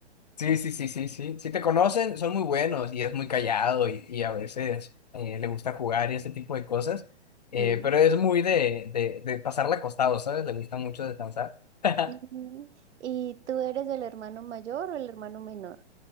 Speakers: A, on the left (about 40°); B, on the right (about 90°).
A: Sí, sí, sí, sí, sí. Si te conocen, son muy buenos y es muy callado y, y a veces eh, le gusta jugar y ese tipo de cosas. Eh,
B: Sí.
A: pero es muy de, de, de pasarla acostado, ¿sabes? Le gusta mucho descansar. <laughs>
B: Ujú. ¿Y tú eres el hermano mayor o el hermano menor?